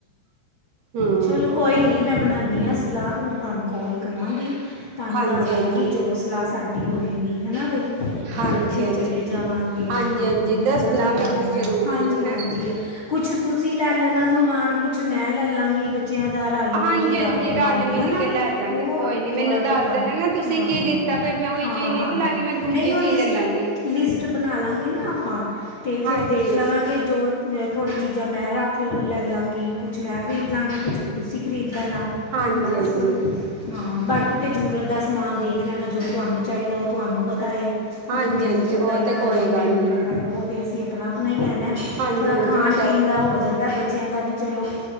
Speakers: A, on the right; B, on the left.
A: ਹਮ
B: ਚਲੋ ਕੋਈ ਨੀ ਮੈਂ ਬਣਾਨੀ ਸ ਸਲਾਹ ਤਾਂ ਮੈਂ ਤਾਨੂੰ ਕੋਲ ਕਰਾਂਗੀ ਤਾਨੂੰ
A: ਹਾਂਜੀ
B: ਦੱਸ ਦਾਂਗੀ
A: ਹਾਂਜੀ
B: ਜੋ ਸਲਾਹ ਸਾਡੀ ਹੋਏਗੀ ਹਨਾ ਬਈ ਫਿਰ
A: ਹਾਂਜੀ
B: ਇਕੱਠੇ
A: ਹਾਂਜੀ
B: ਚਲੇ ਜਾਵਾਂਗੇ
A: ਹਾਂਜੀ
B: ਹਾਂ
A: ਹਾਂਜੀ ਦੱਸਣਾ
B: ਮਜ਼ਾ ਵੀ
A: ਮੈਨੂੰ
B: ਆਏਗਾ
A: ਜ਼ਰੂਰ
B: ਹਾਂਜੀ ਹਾਂਜੀ
A: ਹੈਂ
B: ਕੁਛ ਤੁਸੀਂ ਲੈ ਲੈਣਾ ਸਮਾਨ ਕੁਛ ਮੈਂ ਲੈ ਲਾਂਗੀ ਬੱਚਿਆਂ ਦਾ ਰਲ ਮਿਲ
A: ਹਾਂਜੀ
B: ਕੇ ਕਰ
A: ਹਾਂਜੀ
B: ਲਉ
A: ਰਲ
B: ਗੇ
A: ਮਿਲ
B: ਨਾ
A: ਕੇ ਲੈ ਜਾਗੇ
B: ਹੋ
A: ਕੋਈ ਨੀ ਮੈਨੂੰ
B: ਥੋੜਾ
A: ਦੱਸ
B: ਥੋੜਾ
A: ਦੇਣਾ ਨਾ ਤੁਸੀਂ
B: ਹਾਂ
A: ਕੀ ਲਿੱਤਾ ਫਿਰ ਮੈਂ ਉਹੀ
B: ਹਾਂ
A: ਚੀਜ਼
B: ਹਾਂ
A: ਨੀ ਨਾ ਲਾਂਗੀ ਮੈਂ ਦੂਜੀ
B: ਨਹੀਂ ਉਹ
A: ਚੀਜ਼
B: ਲਿਸਟ
A: ਲੈ ਲਾਂਗੀ
B: ਲਿਸਟ ਬਣਾ ਲਾਂਗੇ ਨਾ ਆਪਾਂ ਤੇ ਫਿਰ
A: ਹਾਂਜੀ
B: ਦੇਖ ਲਾਂਗੇ। ਕਿ ਜੋ ਥੋੜੀ ਚੀਜ਼ਾਂ ਮੈਂ ਰੱਖ ਲੈ ਲਾਂਗੀ ਕੁਛ ਮੈਂ ਖਰੀਦ ਲਾਂਗੀ ਕੁਛ ਤੁਸੀਂ ਖਰੀਦ ਲੈਣਾ
A: ਹਾਂਜੀ
B: ਬਸ।
A: ਹਾਂਜੀ
B: ਹਾਂ ਬਾਕੀ ਤੇ ਜ਼ਰੂਰਤ ਦਾ ਸਮਾਨ ਦੇਖ ਲੈਣਾ। ਜੋ ਤੁਹਾਨੂੰ ਚਾਹੀਦੈ ਓ ਤੁਹਾਨੂੰ ਪਤਾ ਏ।
A: ਹਾਂਜੀ
B: ਜੋ ਮੈਨੂੰ
A: ਹਾਂਜੀ
B: ਚਾਹੀਦਾ
A: ਉਹ ਤੇ
B: ਹੋਏਗਾ,
A: ਕੋਈ
B: ਮੈਨੂੰ
A: ਗੱਲ ਨੀ
B: ਪਤਾ ਹੋਏਗਾ ਉਹ ਤੇ ਅਸੀਂ ਆਪਣਾ- ਆਪਣਾ ਹੀ ਲੈਣੈ।
A: ਹਾਂਜੀ
B: ਥੋੜਾ
A: ਹਾਂਜੀ
B: ਖਾਣ-
A: ਉਹ ਤਾਂ
B: ਪੀਣ ਦਾ ਹੋ। ਜਾਂਦਾ ਬੱਚਿਆਂ ਦਾ ਵੀ ਚਲੋ